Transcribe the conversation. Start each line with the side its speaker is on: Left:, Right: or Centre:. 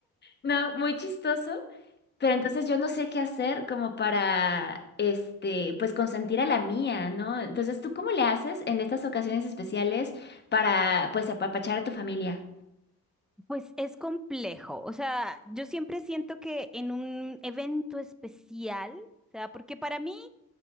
Left: No, muy chistoso. Pero entonces yo no sé qué hacer como para, este, pues consentir a la mía, ¿no? Entonces, ¿tú cómo le haces en estas ocasiones especiales para, pues, apapachar a tu familia?
Centre: Pues es complejo, o sea, yo siempre siento que en un evento especial, o sea, porque para mí